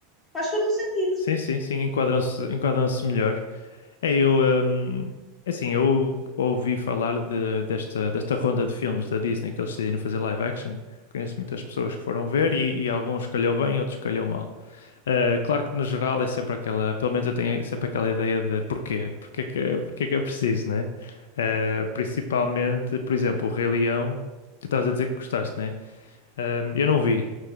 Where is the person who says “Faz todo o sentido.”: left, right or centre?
Left